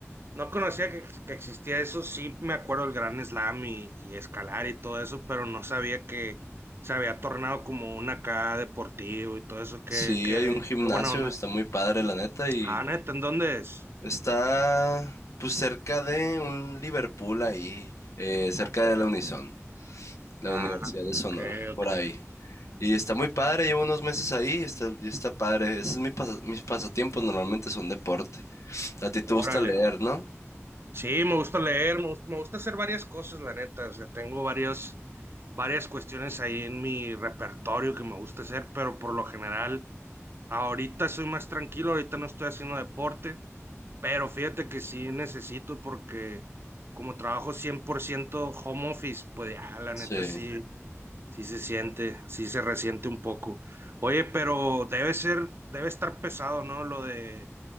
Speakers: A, on the right (about 50°); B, on the left (about 80°).
A: no conocía que, que existía eso. Sí me acuerdo del Gran Slam y, y escalar y todo eso, pero no sabía que se había tornado como un acá deportivo y todo eso. Qué,
B: Sí,
A: qué,
B: hay un gimnasio,
A: qué buena onda.
B: está muy padre, la neta, y
A: Ah, neta, ¿en dónde es?
B: está pues cerca de un Liverpool ahí, eh, cerca
A: Ok.
B: de la Unison, la
A: Ah,
B: Universidad de Sonora,
A: ok, ok.
B: por ahí. Y está muy padre, llevo unos meses ahí, está, y está padre. Esos es mi pasa- mis pasatiempos, normalmente son deporte. A ti te gusta
A: Órale.
B: leer, ¿no?
A: Sí, me gusta leer, me, gus- me gusta hacer varias cosas, la neta. O sea, tengo varios, varias cuestiones ahí en mi repertorio que me gusta hacer, pero por lo general Ahorita soy más tranquilo, ahorita no estoy haciendo deporte, pero fíjate que sí necesito porque como trabajo 100% home office, pues ya la neta
B: Sí.
A: sí, sí se siente, sí se resiente un poco. Oye, pero debe ser, debe estar pesado, ¿no? Lo de,